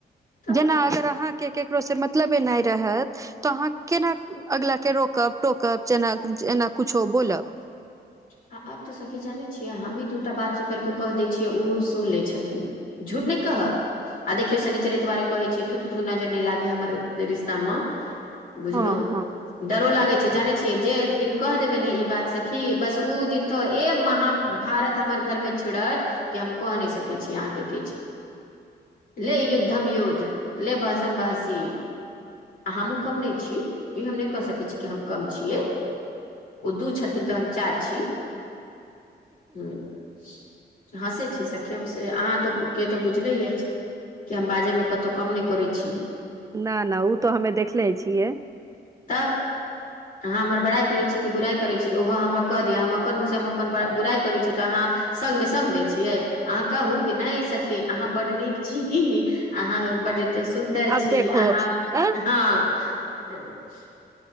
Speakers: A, on the left (about 55°); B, on the right (about 20°).
A: तब
B: जेना अगर अहाँके केकरोसँ मतलबे नय रहत तऽ अहाँ केना अगिलाके रोकब टोकब जेना जेना कुछो बोलब
A: आ आब तऽ सखी जानै छियै हमही दू टा बाती करके कऽ दै छियै ओहो सुन लै छथिन झूठ नय कहब आ देखियौ शनिचर ए दुआरे कह छ छी थू थू नजर नहि लागे हमर रिश्ता म बुझलु
B: हँ हँ
A: डरो लागै छै जानै छियै जे दिन कह देबै ने ई बात सखी बस उऽ दिन तो ए महाभारत हमर घर में छिड़त। कि हम कह नै सकै छी अहाँ केँ किछु ले युद्धम युद्ध ले बहसम बहसी हमहुँ कम नै छी ई हम नै कऽ सकै छी कि हम कम छियै। ओ दू छथिन तऽ हम चार छी <inaudible> हँसै छी सखी हम से अहाँ तऽ केँ तऽ बुझले ऐछ केँ हम बाजे में कतो कम नै करै छी।
B: ना ना ओ तऽ हमे देखले छियै।
A: तब <inaudible> अहाँ हमर बड़ाई करै छी कि बुराइ करे छी ओहो हमरा कऽ दिअ हम अपन मुँह से हम अपन ब बुराइ करै छी तऽ अहाँ। संग म संग दै छियै अहाँ कहू कि नें सखी अहाँ बड नीक छी अहाँ बड एतै सुन्दर
B: अब
A: छी
B: देखो
A: अहाँ
B: अ
A: हँ <inaudible>